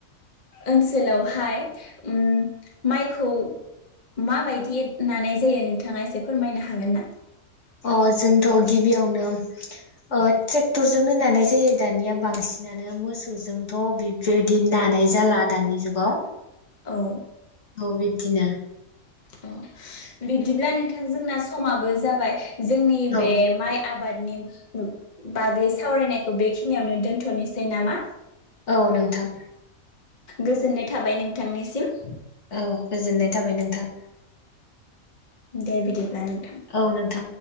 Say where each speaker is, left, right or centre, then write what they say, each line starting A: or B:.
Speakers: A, on the left (about 35°); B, on the left (about 55°).
A: ओनसोलावहाय उम माइखौ माबायदि नानाय जायो नोंथाङा एसे फोरमायनो हागोन ना?
B: अ जोंथ' गिबियावनो ओ ट्रेक्टरजोंनो नानाय जायो दानिया बांसिनानो मोसौजोंथ' बेबायदि नानाय जाला दानि जुगाव।
A: औ
B: औ बिब्दिनो।
A: औ बिदिब्ला नोंथां जोंना समाबो जाबाय जोंनि
B: औ
A: बे माइ आबादनि बागै सावरायनायखौ बेखिनियावनो दोन्थ'नोसै नामा?
B: औ नोंथां।
A: गोजोननाय थाबाय नोंथांनिसिम।
B: औ गोजोननाय थाबाय नोंथां।
A: दे बिदि ब्ला नोंथां।
B: औ नोंथां